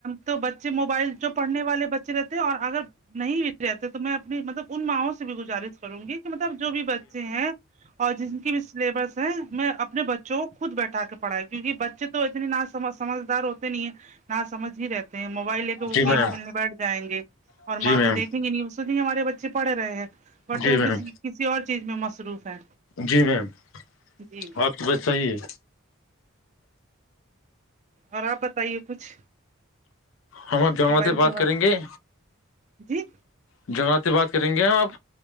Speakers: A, on the right; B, on the left.
A: تو بچے موبائل جو پڑھنے والے بچے رہتے ہیں اور اگر نہیں رہتے تو میں اپنی مطلب ان ماوں سے بھی گزارش کروں گی کہ مطلب جو بھی بچے ہیں اور جن کی بھی سلیبس ہے میں اپنے بچوں کو خود بیٹھا کے پڑھایا کیوںہ بچے تو اتنی نہ سمجھ سمجھدار ہوتے نہیں ہے ن سمجھ ہی رہتا موبائل لے کے وہ
B: جی میم
A: گیم کھیلنے بیٹھ جائیں گے اور
B: جی
A: ماں
B: میم
A: تو دیکھ ہمارے بچے پڑھ رہے ہیں بٹ
B: جی
A: تو
B: جی
A: وہ
B: میم جی میم جی میم
A: کسی کسی اور چیز میں مصروف ہے
B: جی میم
A: جی
B: آپ کی بات صحیح ہے
A: اور آپ بتائیے کچھ
B: ہم آپ جنگلات
A: موبائل
B: بات
A: کے بارے
B: کریں گے
A: جی
B: جنگلاتات بات کریں گے ہم آپ